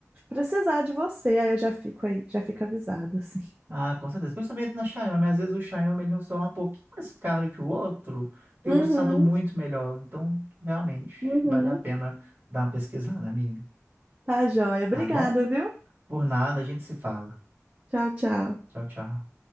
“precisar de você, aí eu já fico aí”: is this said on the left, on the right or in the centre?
Right